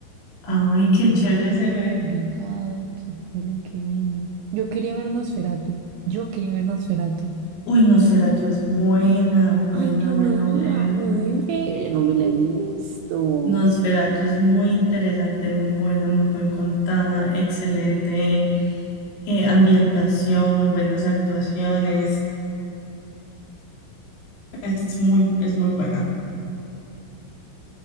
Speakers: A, on the left; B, on the right.
A: Ay,
B: Di-
A: qué
B: Eso
A: chévere
B: fue
A: se
B: digo,
A: ve.
B: Envigado, ¿qué fue lo que vino? Yo quería ver Nosferatu, yo quería ver Nosferatu.
A: Uy, Nosferatu es buena, buena,
B: Ay, yo
A: buena,
B: no me
A: buena.
B: la pude ver, yo no me la he visto.
A: Nosferatu es muy interesante, muy buena, muy buen contada, excelente eh, ambientación, buenas actuaciones. Es muy, es muy buena.